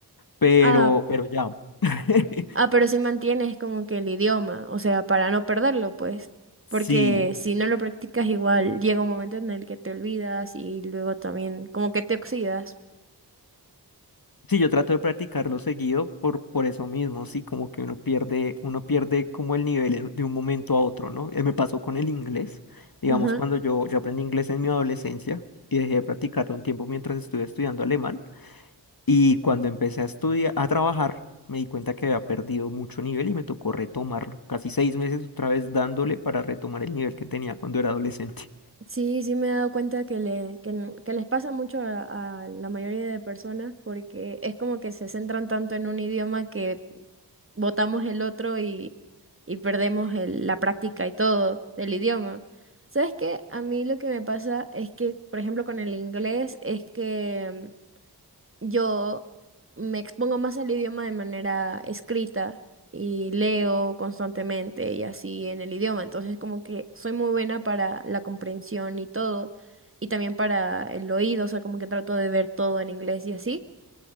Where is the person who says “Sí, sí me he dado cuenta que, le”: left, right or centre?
Right